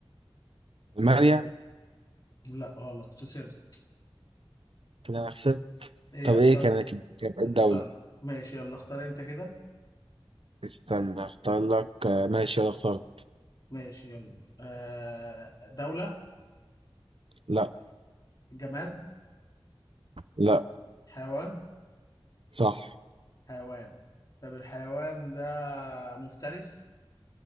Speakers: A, on the right (about 70°); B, on the left (about 40°).
A: ألمانيا؟
B: لا غلط خسرت
A: كده أنا خسرت
B: هي
A: طب إيه
B: إيطاليا
A: كانت كانت إيه
B: كانت
A: الدولة؟
B: إيطاليا ماشي يلا اختار أنت كده
A: استنى أختار لك آه، ماشي أنا اخترت
B: ماشي يلا آه دولة
A: لا
B: جماد
A: لا
B: حيوان
A: صح
B: حيوان طب الحيوان ده مفترس